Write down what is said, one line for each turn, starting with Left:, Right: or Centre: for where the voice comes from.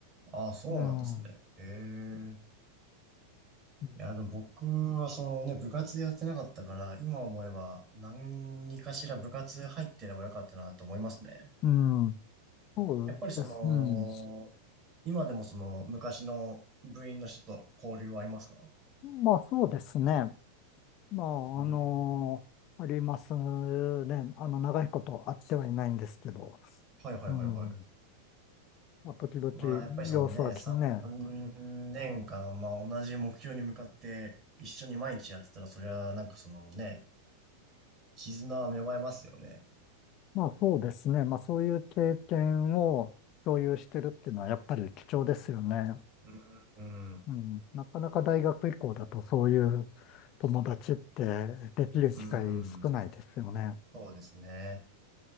Right: あ、あ、そうなんですね。
Left: うん。はい。
Right: へえ。
Left: うん
Right: いや、でも僕はそのね、部活やってなかったから、今思えば何かしら部活入ってればよかったなと思いますね。
Left: うん、そうです。
Right: やっぱりその、
Left: うん。
Right: 今でもその昔の部員の人と交流はありますか
Left: まあそうですね。まあ、
Right: うん。
Left: あのありますね。あの、長いこと会ってはいないんですけど。
Right: はいはいはいはい。
Left: うん。まあ、時々様子はきね。
Right: まあやっぱりそのね、3年間、まあ同じ目標に向かって一緒に毎日やってたら、それはなんかそのね、絆は芽生えますよね。
Left: まあそうですね。まあそういう経験を共有してるっていうのはやっぱり貴重ですよね。
Right: うん、うん、
Left: うん。なかなか大学以降だとそういう友達ってできる機会少ないですよね。
Right: うんそうですね。